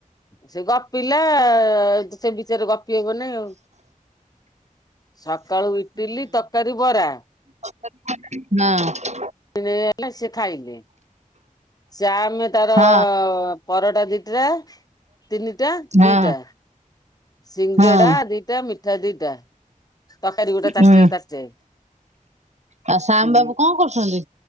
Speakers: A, on the left (about 25°); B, on the right (about 55°).
A: ସେ ଗପିଲା-ଆ, ସେ ବିଷୟରେ ଗପି ହବନାଇଁ ଆଉ। ସକାଳୁ ଇଟିଲି ତରକାରୀ ବରା
B: ସତରେ ଖାଆନ୍ତିନି ନା। <unintelligible>
A: ସେ ନେଇ ଆଇଲା ସେ ଖାଇଲେ। ଚା ଆମେ ତାର
B: ହଁ
A: ପରଟା ଦିଟା। ତିନିଟା
B: ହଁ
A: ଦିଟା ସିଙ୍ଗେଡା
B: ହଁ
A: ଦିଟା ମିଠା ଦିଟା। ତରକାରୀ ଗୋଟେ ତାଟିଏରେ
B: ହୁଁ
A: ତାଟିଏ
B: ଆଉ ଶ୍ୟାମ
A: ଉଁ।
B: ବାବୁ କଣ କରୁଛନ୍ତି